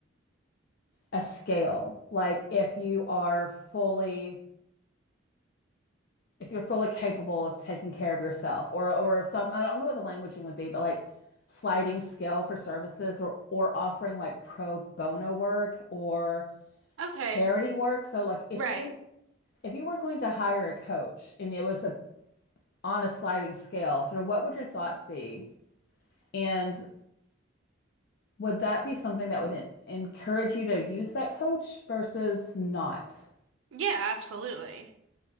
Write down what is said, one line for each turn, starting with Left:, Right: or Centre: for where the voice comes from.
Left: a scale, like if you are fully if you're fully capable of taking care of yourself or or some I don't know what the languaging would be, but like sliding scale for services or or offering like pro bono work or
Right: Okay.
Left: charity work. So like if
Right: Right.
Left: you if you were going to hire a coach and it was a on a sliding scale, sort of what would your
Right: Mhm.
Left: thoughts be? And would that be something that would en encourage you to use that coach versus not?
Right: Yeah, absolutely.